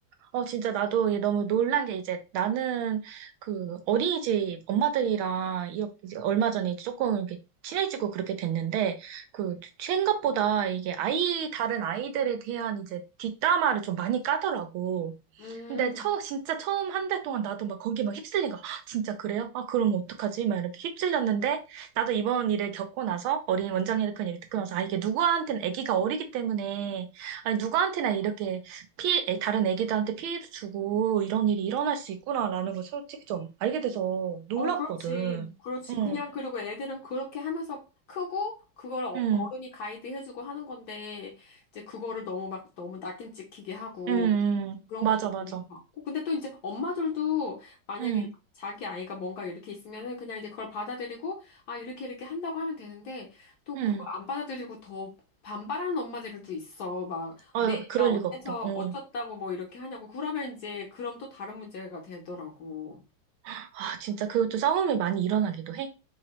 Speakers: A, on the right; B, on the left.
A: 어, 진짜 나도 이게 너무 놀란 게 이제 나는 그 어린이집 엄마들이랑 이렇게 이제 얼마 전에 이제 조금 이렇게 친해지고 그렇게 됐는데 그 생각보다 이게 아이, 다른 아이들에 대한 이제 뒷담화를 좀 많이 까더라고.
B: 음,
A: 근데 처, 진짜 처음 한 달 동안 나도 막 거기 막 휩쓸린가. "헉, 진짜 그래요? 아, 그러면 어떡하지? 막 이렇게 휩쓸렸는데, 나도 이번 일을 겪고 나서, 어린 원장님의 그런 얘기 듣고 나서, 아, 이게 누구한테는 아기가 어리기 때문에, 아니, 누구한테나 이렇게 피, 애- 다른 아기들한테 피해를 주고, 이런 일이 일어날 수 있구나라는 걸 솔직히 좀 알게 돼서 놀랐거든.
B: 어, 그렇지. 그렇지.
A: 응,
B: 그냥 그리고 애들은 그렇게 하면서 크고 그걸 어-
A: 응,
B: 어른이 가이드 해주고 하는 건데 이제 그거를 너무 막 너무 낙인 찍히게 하고
A: 응, 응.
B: 그런
A: 맞아,
B: 건 좀
A: 맞아.
B: 아닌 것 같고. 근데 또 이제 엄마들도 만약에
A: 응,
B: 자기 아이가 뭔가 이렇게 있으면은 그냥 이제 그걸 받아들이고, 아, 이렇게 이렇게 한다고 하면 되는데, 또
A: 응.
B: 그걸 안 받아들이고 더 반발하는 엄마들도 있어. 막,
A: 아,
B: 내 애가
A: 그럴
B: 어때서
A: 리가 없다고. 응.
B: 어쩌다고 뭐 이렇게 하냐고. 그러면 이제, 그럼 또 다른 문제가 되더라고.
A: 아, 진짜 그것도 싸움이 많이 일어나기도 해.